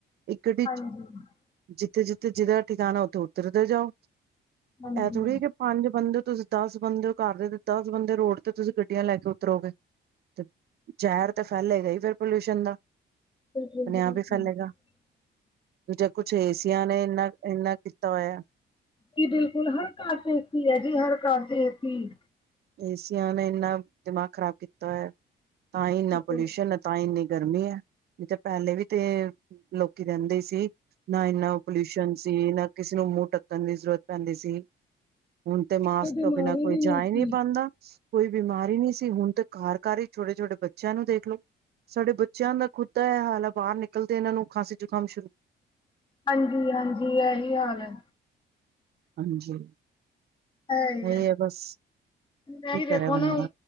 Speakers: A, on the right; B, on the left.
A: ਇੱਕ ਗੱਡੀ
B: ਹਾਂਜੀ-ਹਾਂਜੀ।
A: ਚ, ਜਿੱਥੇ-ਜਿੱਥੇ ਜਿਹਦਾ ਠਿਕਾਣਾ ਉੱਥੇ ਉਤਰਦੇ ਜਾਓ।
B: ਹਾਂਜੀ,
A: ਇਹ ਥੋੜ੍ਹੀ ਕਿ ਪੰਜ ਬੰਦੇ ਹੋ ਤੁਸੀਂ ਦਸ ਬੰਦੇ ਹੋ ਘਰ ਦੇ ਤੇ ਦਸ ਬੰਦੇ ਰੋਡ ਤੇ ਤੁਸੀਂ ਗੱਡੀਆਂ ਲੈ ਕੇ ਉਤਰੋਗੇ ਤੇ ਜ਼ਹਿਰ ਤਾਂ ਫੈਲੇਗਾ ਹੀ ਫਿਰ ਪੋਲਿਊਸ਼ਨ ਦਾ
B: <unintelligible>
A: ਆਪਣੇ ਆਪ ਹੀ ਫੈਲੇਗਾ ਦੂਜਾ ਕੁਛ ਏਸੀਆਂ ਨੇ ਇੰਨਾ ਇੰਨਾ ਕੀਤਾ ਹੋਇਆ
B: ਜੀ ਬਿਲਕੁਲ ਹਰ ਘਰ ਚ ਕੀ ਹੈ ਜੀ। ਹਰ ਘਰ ਦੇ ਤੀ
A: ਏ-ਸੀਆਂ ਨੇ ਇੰਨਾ ਦਿਮਾਗ ਖ਼ਰਾਬ ਕੀਤਾ ਹੋਇਆ ਤਾਂ ਹੀ
B: ਬਿਲਕੁਲ।
A: ਇੰਨਾ ਪੋਲਿਊਸ਼ਨ ਹੈ, ਤਾਂ ਹੀ ਇੰਨੀ ਗਰਮੀ ਐ। ਨਹੀਂ ਤਾਂ ਪਹਿਲੇ ਵੀ ਤੇ ਲੋਕੀ ਰਹਿੰਦੇ ਸੀ, ਨਾ ਇੰਨਾ ਪੋਲਿਊਸ਼ਨ ਸੀ, ਨਾ ਕਿਸੇ ਨੂੰ ਮੂੰਹ ਟੱਕਣ ਦੀ ਜ਼ਰੂਰਤ ਪੈਂਦੀ ਸੀ, ਹੁਣ ਤੇ ਮਾਸਕ ਤੋਂ
B: ਬਿਮਾਰੀ
A: ਬਿਨਾਂ ਕੋਈ
B: ਵੀ ਨਹੀਂ
A: ਜਾ
B: ਸੀ
A: ਹੀ ਨਹੀ ਬਣਦਾ, ਕੋਈ ਬਿਮਾਰੀ ਨਹੀਂ ਸੀ ਹੁਣ ਤੇ ਘਰ-ਘਰ ਹੀ ਛੋਟੇ- ਛੋਟੇ ਬੱਚਿਆਂ ਨੂੰ ਦੇਖ ਲਓ। ਸਾਡੇ ਬੱਚਿਆਂ ਦਾ ਖੁਦ ਦਾ ਇਹ ਹਾਲ ਆ, ਬਾਹਰ ਨਿਕਲਦੇ ਇਹਨਾਂ ਨੂੰ ਖਾਂਸੀ ਜ਼ੁਕਾਮ ਸ਼ੁਰੂ
B: ਹਾਂਜੀ-ਹਾਂਜੀ, ਇਹੀ ਹਾਲ ਹੈ।
A: ਹਾਂਜੀ।
B: ਹੈ ਹੀ
A: ਇਹੀ ਬਸ
B: ਮੈਂ
A: ਕੀ
B: ਹੀ ਦੇਖੋ
A: ਕਰੇ ਬੰਦਾ
B: ਨਾ